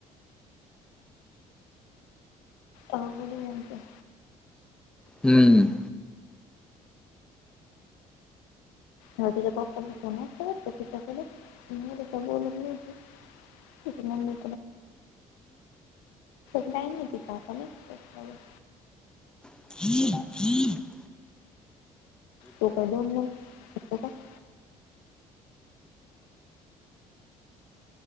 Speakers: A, on the left (about 75°); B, in the centre.
A: होब घच <unintelligible>
B: हम्मम.
A: हा तिच्या पप्पाचा फोन होता वाटत तिच्याकडे बोल <unintelligible> म नाही नाही त काता ना <unintelligible>
B: ह ह <unintelligible>
A: तो काय देऊला का <unintelligible>